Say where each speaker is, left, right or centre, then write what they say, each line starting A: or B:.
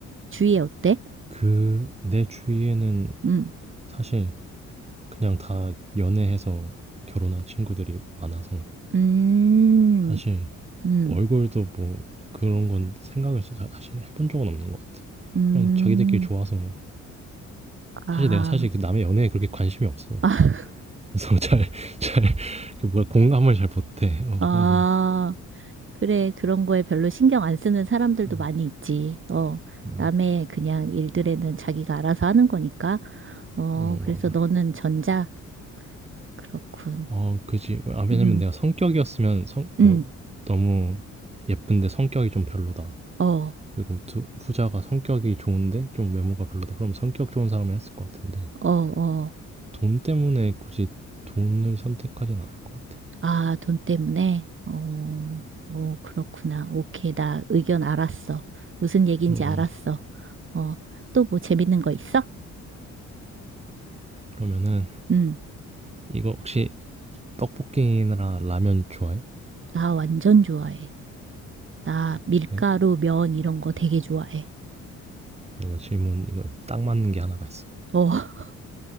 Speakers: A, on the right (about 40°); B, on the right (about 20°).
A: 주위에 어때?
B: 그 내 주위에는
A: 음,
B: 사실 그냥 다 연애해서 결혼한 친구들이 많아서
A: 음,
B: 사실
A: 음,
B: 얼굴도 뭐 그런 건 생각을 진 사실 해본 적은 없는 것 같아.
A: 음.
B: 그냥 자기들끼리 좋아서 사실
A: 아,
B: 내가 사실 그 남의 연애에 그렇게 관심이 없어.
A: <laughs>
B: 그래서 <laughs> 잘, 잘, 이렇게 뭐가 공감을 잘 못해. 어,
A: 아,
B: 그래서.
A: 그래, 그런 거에 별로 신경 안 쓰는 사람들도
B: 음,
A: 많이 있지. 어,
B: 어,
A: 남의 그냥 일들에는 자기가 알아서 하는 거니까. 어,
B: 어,
A: 그래서
B: 맞아.
A: 너는 전자? 그렇군.
B: 어, 그지. 아, 왜냐면
A: 음,
B: 내가 성격이었으면 성,
A: 음,
B: 뭐, 너무 예쁜데 성격이 좀 별로다.
A: 어, 어,
B: 그리고 두, 후자가 성격이 좋은데 좀 외모가 별로다. 그럼 성격 좋은 사람을 했을 것 같은데.
A: 어, 어.
B: 돈 때문에 굳이 돈을 선택하진 않을 것 같아.
A: 아, 돈 때문에? 어, 어, 그렇구나. 오케이, 나 의견 알았어. 무슨 얘기인지
B: 어,
A: 알았어. 어, 또 뭐 재밌는 거 있어?
B: 그러면은,
A: 음,
B: 이거 혹시 떡볶이나 라면 좋아해?
A: 나 완전 좋아해. 나 밀가루,
B: 그래?
A: 면 이런 거 되게 좋아해.
B: 어, 이거 질문 이거 딱 맞는 게 하나가 있어.
A: 어, <laughs>